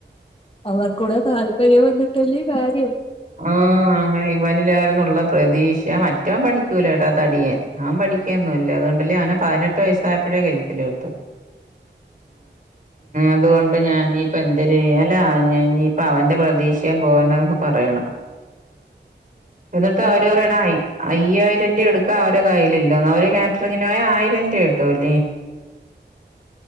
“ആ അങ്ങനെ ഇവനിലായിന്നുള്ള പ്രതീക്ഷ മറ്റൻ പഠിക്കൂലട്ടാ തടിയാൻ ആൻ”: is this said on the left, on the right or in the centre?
Right